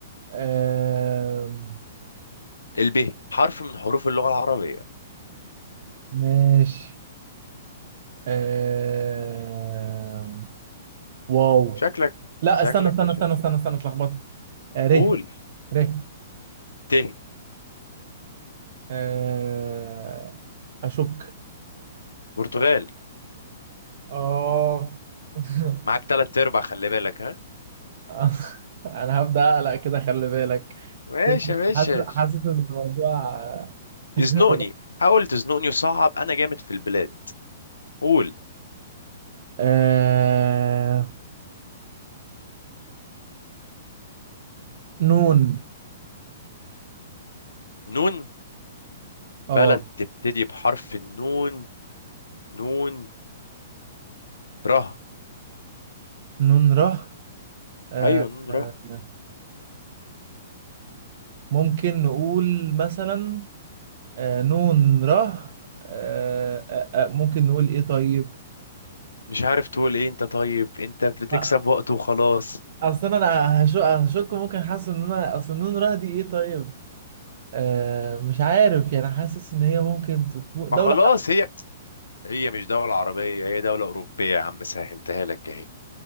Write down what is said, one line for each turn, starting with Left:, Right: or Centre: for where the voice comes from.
Right: آم،
Left: الب حرف من حروف اللغة العربية
Right: ماشي آم، واو
Left: شكلك
Right: لا
Left: شكلك
Right: استنى استنى
Left: مش
Right: استنى استنى استنى اتلخبطت آه، ر
Left: قول
Right: ر
Left: ت
Right: آه، اشك
Left: برتغال
Right: اه <laughs>
Left: معاك تلات ارباع خلي بالك ها
Right: <laughs> انا هبدأ اقلق كده خلي بالك
Left: ماشي
Right: كده
Left: يا باشا
Right: حاسس حاسس ان الموضوع <laughs>
Left: يزنقني حاول تزنقني وصعب انا جامد في البلاد قول
Right: آه... نون
Left: نون بلد
Right: اه
Left: تبتدي بحرف النون نون ره
Right: نون ره آه...
Left: ايوه نون
Right: آه،
Left: ره
Right: ممكن نقول مثلا آه... نون ره آه... آه... آه، ممكن نقول ايه طيب
Left: مش عارف تقول ايه انت طيب انت بتكسب
Right: آه،
Left: وقت وخلاص
Right: اصلا انا هشك هشك ممكن حاسس ان انا اصل نون ره دي ايه طيب آه... مش عارف يعني حاسس ان هي ممكن تكون
Left: ما
Right: دولة
Left: خلاص هي هي مش دولة عربية هي دولة أوروبية يا عم سهلتها لك اهي